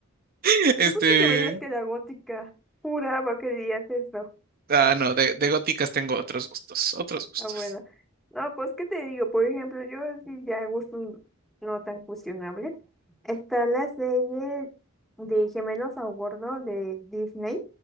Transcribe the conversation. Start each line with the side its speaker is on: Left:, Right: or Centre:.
Right: <laughs> Este,
Centre: Yo pensé que me digas que la gótica. Juraba que dirías eso.
Right: ah, no, de, de góticas tengo otros gustos, otros gustos.
Centre: Ah, bueno. No, pues, ¿qué te digo? Por ejemplo, yo así ya gustos no tan cuestionables. Está la serie de Gemelos a Bordo de Disney.